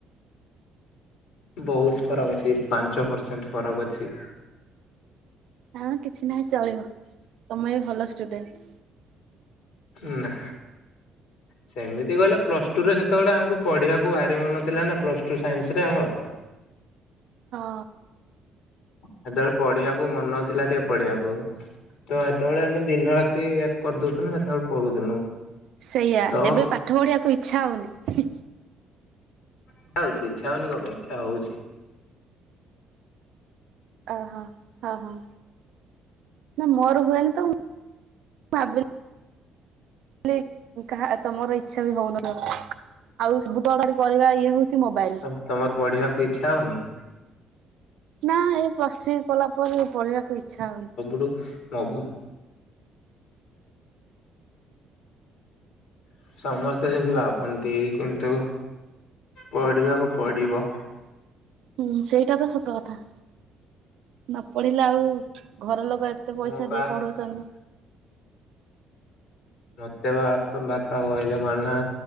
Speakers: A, on the left (about 65°); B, on the right (about 60°).
A: ବହୁତ ଫରକ ଅଛି ପାଞ୍ଚ ପରସେଣ୍ଟ ଫରକ ଅଛି।
B: ହଁ କିଛି ନାହିଁ ଚଳିବ ତମେ ବି ଭଲ ଷ୍ଟୁଡେଣ୍ଟ।
A: ନା
B: ହଁ
A: ସେମିତି କହିଲେ ପ୍ଲସ୍ ଟୁରେ ସେତେବେଳେ ଆମକୁ ପଢ଼ିବାକୁ ଭାରି ମନ ଥିଲା ନା ପ୍ଲସ୍ ଟୁ ସାଇନ୍ସରେ ଆମର।
B: ହଁ
A: ସେତେବେଳେ ପଢ଼ିବାକୁ ମନଥିଲା ଟିକେ ପଢ଼ିବାକୁ। ତ ସେତେବେଳେ ଆମେ ଦିନ ରାତି ଏକ କରିଦଉଥୁଲୁ ସେତବେଳେ ପଢୁଥିଲୁ।
B: ସେଇଆ
A: ତ
B: ଏବେ ପାଠ ପଢ଼ିବାକୁ ଇଚ୍ଛା ହଉନି।
A: ଇଛା ହଉଛି ଇଚ୍ଛା ହଉନି କଣପାଇଁ ଇଚ୍ଛା ହଉଛି।
B: ଓହୋ ହଁ ହଁ। ନା ମୋର ହୁଏନି ତ ମୁ ଭାବିଲି ଭାବିଲି କାହା ତମର ଇଚ୍ଛା ବି ହଉନଥିବ। ଆଉ ସବୁ ତ ଖାଲି କରିବା ଇଏ ହଉଛି ମୋବାଇଲ।
A: ତ ତମର ପଢ଼ିବାକୁ ଇଚ୍ଛା ହଉନି।
B: ନା ଏଇ ପ୍ଲସ ଥ୍ରୀ କଲା ପରେ ପଢ଼ିବାକୁ ଇଚ୍ଛା ହଉନି।
A: ହୁଁ ତା ବୋଲି ହ ସମସ୍ତେ ସେମିତି ଭାବନ୍ତି କିନ୍ତୁ ପଢ଼ିବାକୁ ପଡ଼ିବ।
B: ହୁଁ ସେଇଟା ତ ସତ କଥା। ନ ପଢ଼ିଲେ ଆଉ ଘରଲୋକ ଏତେ ପଇସା
A: ମୁଁ ବା
B: ଦେଇ ପଢ଼ଉଛନ୍ତି।
A: ମତେ ପା ବାପା କହିଲେ କଣନା